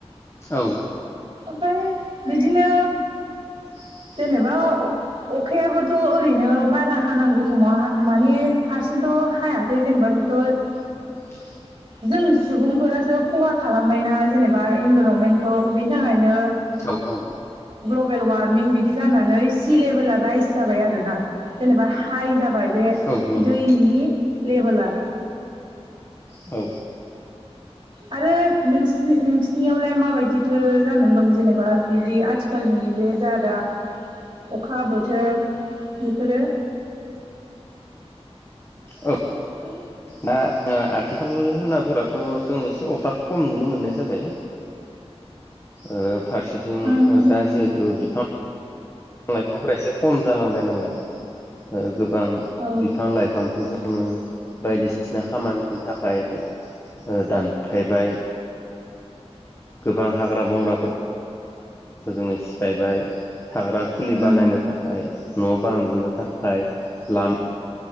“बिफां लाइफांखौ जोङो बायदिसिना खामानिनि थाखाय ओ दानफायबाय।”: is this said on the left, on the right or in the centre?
Left